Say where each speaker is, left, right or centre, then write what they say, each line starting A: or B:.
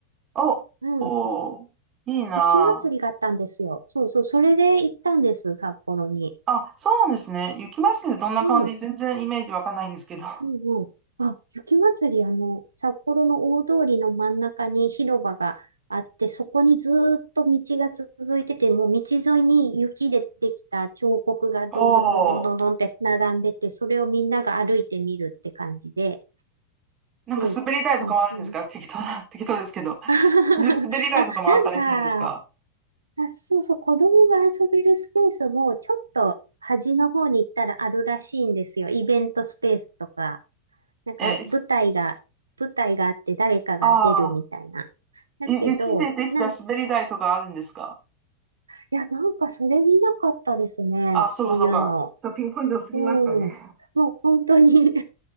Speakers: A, on the right (about 30°); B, on the right (about 75°).
A: お、
B: うん、
A: おー、いいな
B: 雪まつりがあったんですよ。そうそう、それで行ったんです、札幌に。
A: あ。あ、そうなんですね。雪まつりってどんな感じ全然イメージわかんないんですけど。
B: うん。
A: <laughs>
B: うんうん。あ、雪まつり、あの、札幌の大通りの真ん中に広場があって、そこにずーっと道が続いてて、もう道沿いに雪でできた彫刻がどんどんどんどんどんどんって並んでて、
A: おー、
B: それをみんなが歩いてみるって感じで。
A: なんか滑り台とかもあるんですか適当な、
B: で、まあ、そうね。
A: 適当ですけど。
B: <laughs>
A: 滑り台とかもあったりするんですか
B: あ、なんか、あ、そうそう、子供が遊べるスペースもちょっと端の方に行ったらあるらしいんですよ。イベントスペースとか。なんか舞台が、
A: え、
B: 舞台があって誰かが出るみたいな。
A: ああ、
B: だけど、
A: ゆ、雪でできた滑り台とかあるんですか
B: なん、いや、なんかそれ見なかったですね。
A: あ、そうかそうか。
B: そういうの。
A: ちょっとピンポイント過ぎましたね。
B: うん。もう本当に